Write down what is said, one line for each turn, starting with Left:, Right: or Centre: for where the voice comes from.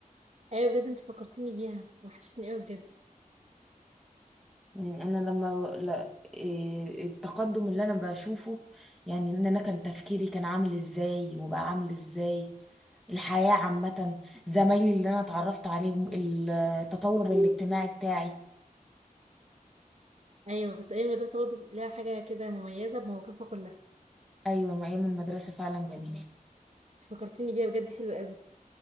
Right: ايوه بجد انت فكرتيني بيها وحشتني قوي بجد
Centre: يعني انا لما ب- لا إيه التقدم اللي انا بشوفه يعني ان انا كان تفكيري كان عامل ازاي وبقى عامل ازاي الحياه عامه زمايلي اللي انا اتعرفت عليهم التطور الاجتماعي بتاعي
Right: ايوه بس ايام المدرسة برضه ليها حاجة كده مميزة بمواقفها كلها
Centre: ايوه ما ايام المدرسه فعلا جميله
Right: انت فكرتيني بيها بجد حلوة قوي